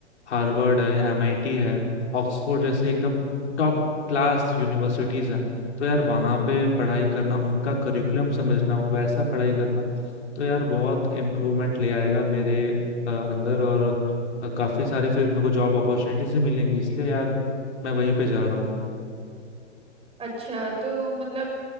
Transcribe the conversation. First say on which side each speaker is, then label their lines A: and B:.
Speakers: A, on the left; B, on the right.
A: हार्वर्ड है एमआईटी है ऑक्सफोर्ड जैसे एकदम टॉप क्लास यूनिवर्सिटीज हैं तो यार वहाँ
B: हम्म।
A: पे पढ़ाई करना उनका करिकुलम समझना वैसा पढ़ाई करना तो यार बहुत इम्प्रूवमेंट ले आएगा मेरे अ, अंदर और अ, काफी सारे फिर मेरे को जॉब अपॉर्चुनिटीज भी मिलेंगी इसलिए यार मैं वहीं पे जा रहा हूँ
B: अच्छा तो मतलब